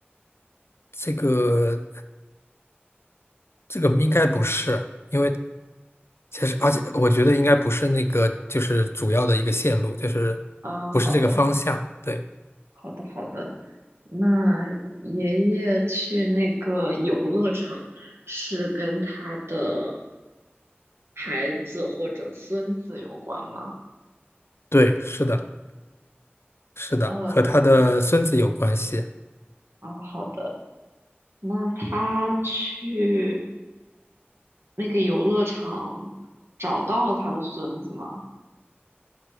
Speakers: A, on the left; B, on the right.
A: 这个这个应该不是，因为其实而且我觉得应该不是那个就是主要的一个线路，就是不是这个方向。
B: 啊，好的，
A: 对
B: 好的，好的。那爷爷去那个游乐场是跟他的孩子或者孙子有关吗？
A: 对，是的，是的，
B: 呃，
A: 和他的孙子有关系。
B: 哦，好的。那他去那个游乐场找到了他的孙子吗？